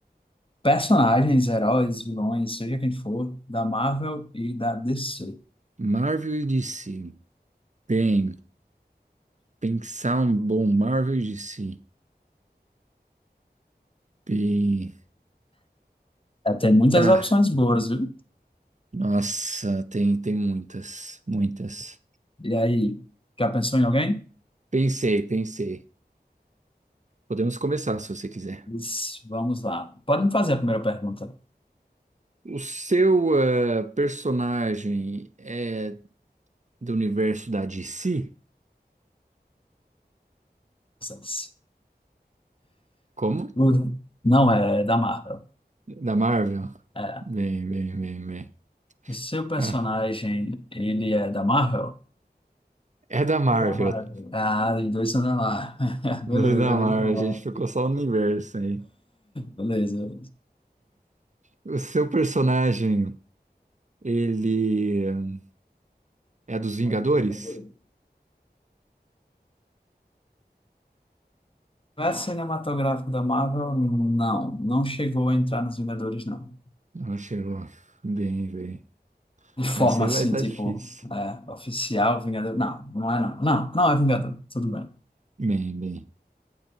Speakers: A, on the left (about 30°); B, on the right (about 45°).
A: personagens, heróis, vilões, seja quem for, da Marvel e da DC.
B: Marvel e DC. Bem, pensar um bom Marvel e DC. Bem,
A: É, tem muitas
B: tá.
A: opções boas, viu?
B: Nossa, tem, tem muitas, muitas.
A: E aí, já pensou em alguém?
B: Pensei, pensei. Podemos começar se você quiser.
A: Diz, Vamos lá. Pode me fazer a primeira pergunta.
B: O seu eh, personagem é do universo da DC?
A: Vocês.
B: Como?
A: Uhum. Não é da Marvel.
B: Da Marvel?
A: É.
B: Bem, bem, bem, bem.
A: O seu personagem,
B: Ah,
A: ele é da Marvel?
B: é da Marvel.
A: É da Marvel.
B: <laughs>
A: Ah, os dois são da Marvel. <laughs> Beleza,
B: Não é Da
A: beleza.
B: Marvel, a gente ficou só no universo aí.
A: Beleza,
B: O seu personagem, ele é dos Vingadores?
A: beleza. universo cinematográfico da Marvel, não. Não chegou a entrar nos Vingadores, não.
B: Não chegou. Bem, bem.
A: De forma
B: Esse
A: assim,
B: vai estar
A: tipo,
B: difícil.
A: é, oficial, Vingador. Não, não é não. Não, não é Vingador. Tudo bem.
B: Bem, bem.